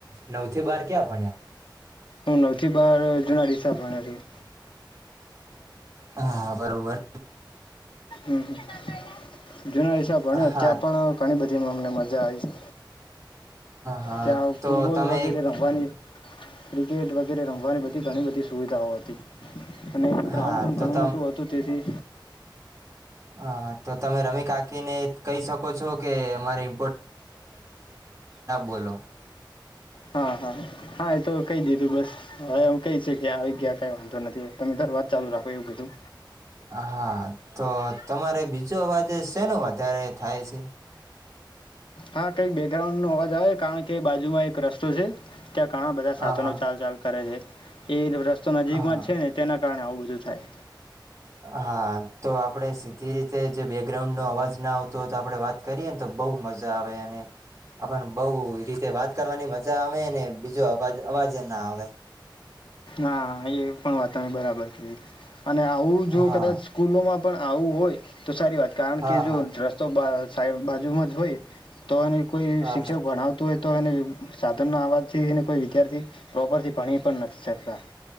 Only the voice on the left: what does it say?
હન <unintelligible> થી બહાર જૂના ડીસા ભણે છું.
હમ <unintelligible> જુના હિસાબ ભણ
ત્યાં પણ ઘણી બધી મને મજા જાય છે
ત્યાં
ફૂટબોલ
વગેરે
રમવાની, ક્રિકેટ વગેરે રમવાની બધી ઘણી બધી સુવિધાઓ હતી અને ગ્રાઉન્ડ
પણ
ઘણું
મોટું હતું તેથી
હા હા હા એ તો કહી દીધું બસ હવે કઈ છે કે આ જ્યા કઈ વાંધો નથી તમે ધરવાજ ચાલુ રાખો એવું કીધું
હા કઈક બેકગ્રાઉન્ડ નો અવાજ આવે કારણ કે બાજુમાં એક રસ્તો છે ત્યાં ઘણા બધા
સાધનો
ચાલ ચાલ કરે છે એ રસ્તો નજીકમાં
જ છે ને તેના કારણે આવું જ થાય
હા એ પણ વાતમે બરાબર કેવી અને આવું જો
કદાચ સ્કૂલોમાં પણ આવું હોય તો સારી વાત કારણ
કે જો
રસ્તો સાઈબ બાજુમાં જ હોય તો અને કોઈ
શિક્ષક
ભણાવતું હોય તો એ સાધનનોો અવાજ કોઈ વિદ્યાર્થી પ્રોપરથી ભણી પણ નથી સતડા